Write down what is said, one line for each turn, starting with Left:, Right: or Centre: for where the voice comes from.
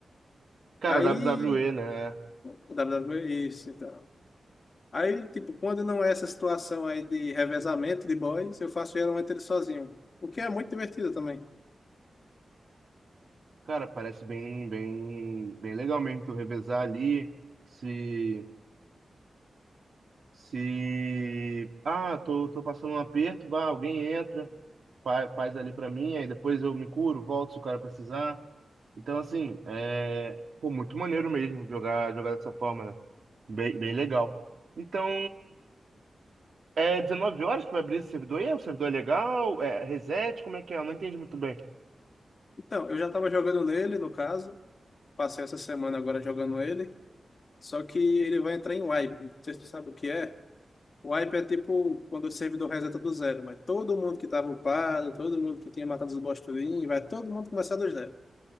Right: Cara,
Left: Aí.
Right: WWE, né?
Left: WWE, isso, então. Aí, tipo, quando não é essa situação aí de revezamento de boys, eu faço geralmente ele sozinho. O que é muito divertido também.
Right: Cara, parece bem, bem, bem legal mesmo tu revezar ali. Se, se, ah, tô, tô passando um aperto, vá, alguém entra, fa- faz, ali pra mim, aí depois eu me curo, volto se o cara precisar. Então, assim, é, pô, muito maneiro mesmo jogar, jogar dessa forma, né? Bem, bem legal. Então, É 19 horas que vai abrir esse servidor? E é, o servidor é legal? É reset? Como é que é? Eu não entendi muito bem.
Left: Então, eu já tava jogando nele, no caso. Passei essa semana agora jogando ele. Só que ele vai entrar em wipe. Não sei se tu sabe o que é. O wipe é tipo quando o servidor reseta do zero, mas todo mundo que estava upado, todo mundo que tinha matado os boss tudinho, vai todo mundo começar do zero.